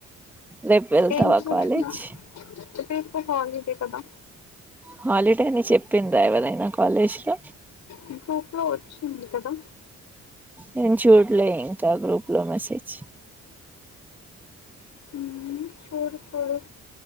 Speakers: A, in the centre; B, on the left.
A: రేపు వెళ్తావా
B: ఏంటి ప్రశ్న
A: కాలేజ్
B: ఎటో హాలిడే కదా
A: హాలిడే అని చెప్పిందా ఎవరైనా కాలేజ్ లో
B: మీ గ్రూప్ లో వచ్చింది కదా
A: నేను చూట్లే ఇంకా గ్రూప్లా మెసేజ్
B: ఉమ్ <unintelligible> చూడు